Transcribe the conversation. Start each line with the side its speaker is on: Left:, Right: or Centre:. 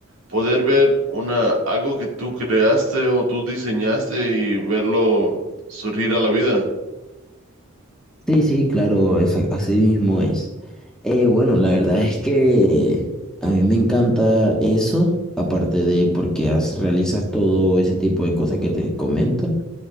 Right: poder ver una, algo que tú creaste o tú diseñaste y verlo surgir a la vida.
Centre: Sí, sí, claro, es, a- así mismo es. Eh, bueno, la verdad es que a mí me encanta eso, aparte de porque has- realizas todo ese tipo de cosas que te comento,